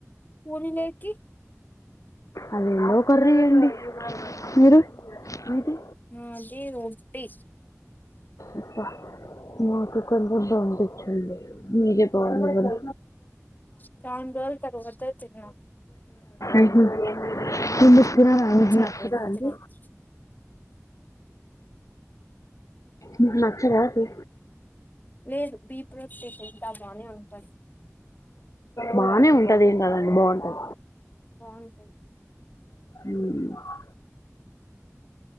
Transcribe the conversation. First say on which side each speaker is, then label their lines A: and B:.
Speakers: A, on the left; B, on the left.
A: వో నిలేకి
B: ఆది అందో కర్రీ లేండి మీరు మిది
A: మాది రొట్టి
B: అబ్బా మాకు కొంచెం పంపించండి మీదే బాగుంది కూడా
A: చానా రోజులు తరువాత తిన్నా
B: ఉహు ఎందుకు
A: కొన్ని
B: తిన్నారా
A: మంత్స్
B: అండి మీకు నచ్చదా
A: అయిపోయింది
B: అండి
A: తినక
B: మీకు నచ్చదా అది
A: లేదు బీప్ రొట్టె తింటామా అని ఉంటుంది
B: బానే ఉంటది ఏం కదండి బాగుంటది
A: బాగుంటది
B: ఉ